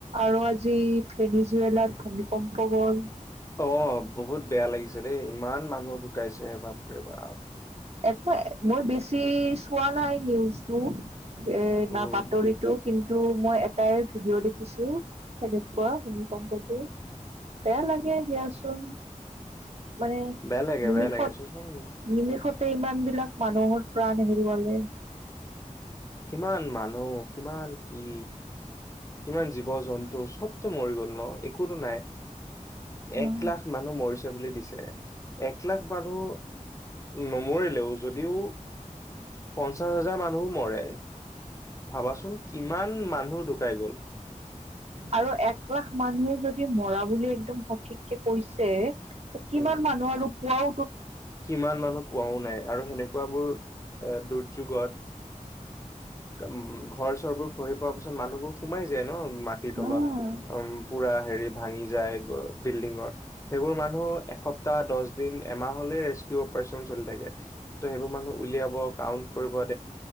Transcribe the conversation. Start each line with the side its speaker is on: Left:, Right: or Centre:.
Right: আৰু আজি ভেনী জুৱেলাত ভূমিকম্প গ'ল।
Left: অ' বহুত বেয়া লাগিছে দেই, ইমান মানুহ ঢুকাইছে বাপৰেবাপ।
Right: একৱে, মই বেছি চোৱা নাই নিউজটো। এ'না
Left: উম
Right: বাতৰিটো কিন তু মই এটাই ভিডিঅ' দেখিছো সেনেকুৱা ভূমিকম্পটো। বেয়া লাগে দিয়াচোন মানে
Left: বেয়া লাগে
Right: নিমিষত।
Left: বেয়া লাগে চোৱাচোন
Right: নিমিষতে ইমান বিলাক মানুহৰ প্ৰাণ হেৰুৱালে।
Left: কিমান মানুহ কিমান কি। কিমান জীৱ জন্তু চবতো মৰি গ'ল ন একো নাই।
Right: অ',
Left: এক লাখ মানুহ মৰিছে বুলি দিছে। এক লাখ মানুহ নমৰিলেও যদিও, পঞ্চাশ হাজাৰ মানুহ মৰে ভাবাচোন কিমান মানুহ ঢুকাই গ'ল।
Right: আৰু এক লাখ মানুহ যদি মৰা বুলি একদম সঠিককে কৈছে। ত কিমান
Left: উম,
Right: মানুহ আৰু পুৱও।
Left: কিমান মানুহ পোৱাও নাই আৰু সেনেকুৱাবোৰ এ, দুৰ্যোগত। উ' ঘৰ চৰবোৰ খহি পোৱাৰ পিছত মানুহবোৰ। সোমাই যায় ন, মাটিৰ
Right: হয়
Left: তলত অ'পুৰা হেৰি। ভাঙি যায় বিল্ডিঙৰ সেইবোৰ মানুহ এসপ্তাহ দহ' দিন এমাহ হলে। ৰেস্কিউ ত সেইবোৰ মানুহ উলাইব কাম কৰিব।